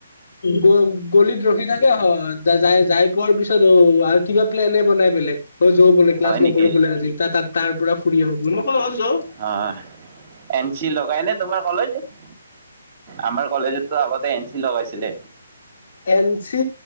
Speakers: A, on the left; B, on the right.
A: গ গলিত ৰখি থাকে হয়। যাই যাই পোৱাৰ পিছত অ আৰু কিবা প্লেনে বনাই বেলেগ। অ যো বোলে ক্লাছ
B: হয়
A: নকৰো
B: নেকি
A: বোলে আজি তাত তাৰ পৰা ফুৰি আহো যো
B: হয় এন চি লগাই ন তোমাৰ কলেজত- আমাৰ কলেজতো আগতে এন চি লগাইছিলে
A: এন চি